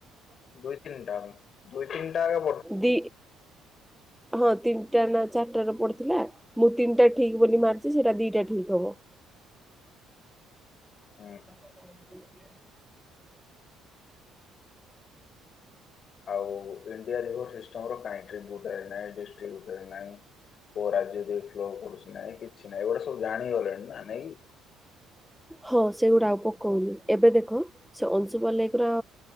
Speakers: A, on the left; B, in the centre.
A: ଦୁଇ ତିନିଟା ଦୁଇ ତିିନିଟା ଆଗେ
B: ଦି ହଁ ତିନିଟା ନା ଚାରିଟା ର ପଡିଥିଲା ମୁଁ ତିନିଟା ଠିକ୍
A: ହୁଁ
B: ବୋଲି ମାରିଛି ସେଇଟା ଦିଟା ଠିକ୍ ହବ।
A: ହୁଁ।
B: ହ
A: ଆଉ ଇଣ୍ଡିଆ ରିଭର ସିଷ୍ଟମ ର କାଇଁଟ୍ରିବ୍ୟୁଟର ନାଇଁ ଡିଷ୍ଟ୍ରିବ୍ୟୁଟର ନାଇଁ। କୋଉ ରାଜ୍ୟ ଦେଇ ଫ୍ଲୋ କରୁଛି ନାଇଁ କିଛି ନାଇଁ ଏଗୁଡା ସବୁ ଜାଣିଗଲେଣି ନା ନାଇଁ କି।
B: ହଁ ସେଇଗୁଡ଼ା ଆଉ ପକୋଉନି। ଏବେ ଦେଖ ସେ ଅଂଶୁପା ଲେକ୍ ର